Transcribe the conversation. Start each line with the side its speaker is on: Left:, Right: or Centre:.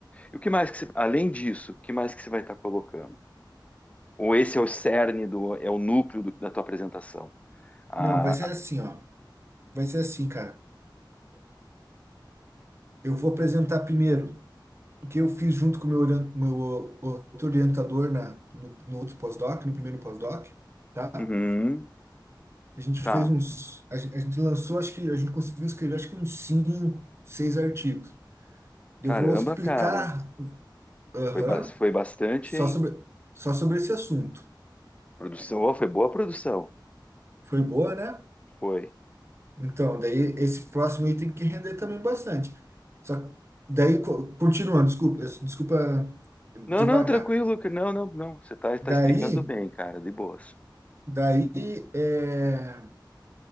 Left: E o que mais que você, além disso, o que mais que você vai estar colocando? Ou esse é o cerne do, é o núcleo do- da tua apresentação? Ah,
Right: Não, vai ser
Left: ah,
Right: assim, ó. Vai ser assim, cara. Eu vou apresentar primeiro o que eu fiz junto com o meu, orien- meu outro orientador na, no, no outro pós-doc, no primeiro pós-doc, tá?
Left: uhum,
Right: A gente
Left: tá,
Right: fez uns... A, gen- a gente lançou, acho que a gente conseguiu escrever, acho que uns cinco, seis artigos. Eu
Left: caramba,
Right: vou explicar,
Left: cara,
Right: aham,
Left: foi, ba- foi bastante,
Right: só
Left: hein?
Right: sobre, só sobre esse assunto.
Left: Produção, ó, foi boa a produção,
Right: Foi boa, né?
Left: foi.
Right: Então, daí esse próximo item tem que render também bastante. Só que daí, co- continuando, desculpa, eu- desculpa
Left: Não,
Right: devagar.
Left: não, tranquilo, que- não, não, não, você tá, tá
Right: Daí,
Left: explicando bem, cara, de boas.
Right: daí é,